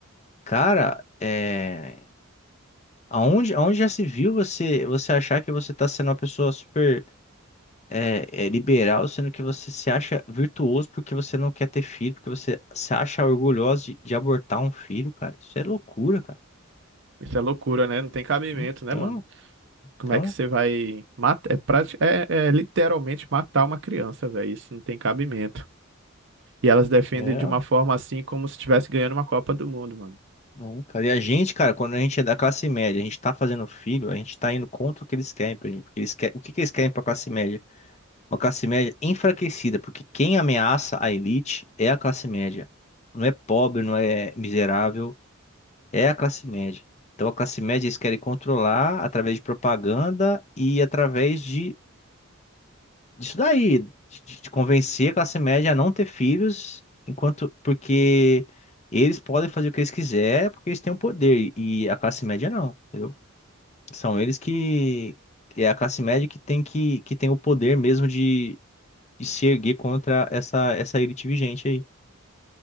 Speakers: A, on the left; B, on the right.
A: cara, é, aonde, aonde já se viu você, você achar que você está sendo uma pessoa super é, é, liberal, sendo que você se acha virtuoso porque você não quer ter filho, porque você se acha orgulhoso de, de abortar um filho, cara. Isso é loucura, cara.
B: Isso é loucura, né? Não tem cabimento,
A: Então,
B: né, mano? Como
A: então,
B: é que você vai matar? É, prati- é, é literalmente matar uma criança, velho. Isso não tem cabimento. E elas defendem
A: é.
B: de uma forma assim como se estivesse ganhando uma Copa do Mundo, mano.
A: Não, cara. E a gente, cara, quando a gente é da classe média, a gente tá fazendo filho, a gente tá indo contra o que eles querem pra gente. Porque eles querem... O que que eles querem pra classe média? Uma classe média enfraquecida, porque quem ameaça a elite é a classe média. Não é pobre, não é miserável, é a classe média. Então a classe média eles querem controlar através de propaganda e através de disso daí, de de convencer a classe média a não ter filhos, enquanto porque eles podem fazer o que eles quiserem, porque eles têm o poder e a classe média não, entendeu? São eles que é a classe média que tem que, que tem o poder mesmo de, de se erguer contra essa essa elite vigente aí.